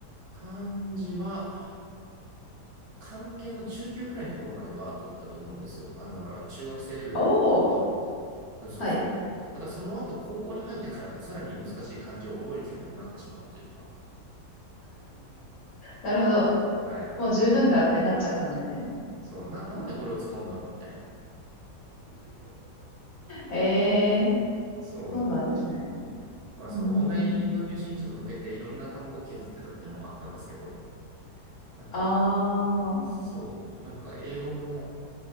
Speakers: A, on the right (about 40°); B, on the left (about 60°).
A: 漢字は、漢検の中級くらいのところまでは取ってたと思うんですよ。あの、だから中学生レベルのところとか。
B: おお、
A: うん、そうそう。
B: はい。
A: ただその後高校に入ってからさらに難しい漢字を覚える気がなくなってしまったというか。
B: なるほど。
A: はい。
B: もう十分だってなっちゃったんですね。
A: そう。な、なんでこれを使うんだろうみたいな。
B: ええ、
A: そう。
B: そうなんですね。
A: まあその音大の入試にちょっと向けていろんな科目を削ってたっていうのもあったんですけど、
B: うん。
A: なんか、
B: ああ、
A: そう。なんか英語も、